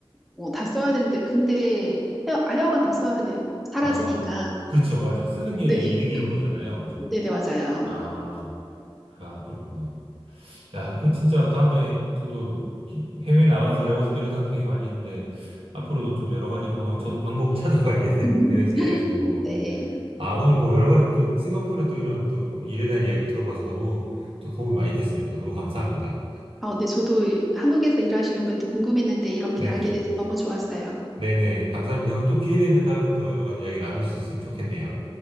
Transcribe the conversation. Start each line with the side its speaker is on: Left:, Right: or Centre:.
Centre: 뭐 다 써야 되는데, 근데 하여, 하여간 다 써야 돼요. 사라지니까.
Right: 아, 그렇죠. 맞아요. 쓰는 게
Centre: 네.
Right: 이득인 거잖아요. 그죠?
Centre: 네, 네, 맞아요.
Right: 아, 아, 그렇구나. 야, 그 진짜 다음에 저도 기- 해외 나가서 일하고 싶다는 생각 되게 많이 했는데 앞으로도 좀 여러 가지로 한번 저도 방법을 <laughs> 찾아봐야겠네요.
Centre: <laughs>
Right: 해외에서 일할 수 있는 방법을.
Centre: 네.
Right: 아, 오늘 뭐 여러 가지 또 싱가포르의 또 이런 또 일에 대한 이야기를 들어봐서 너무 또 도움이 많이 됐습니다. 너무 감사합니다.
Centre: 아, 근데 저도 한국에서 일하시는 분들 궁금했는데 이렇게
Right: 네네.
Centre: 알게 돼서 너무 좋았어요.
Right: 네네. 감사합니다. 그럼 또 기회 되면 다음에 또 여러 가지 이야기 나눌 수 있으면 좋겠네요.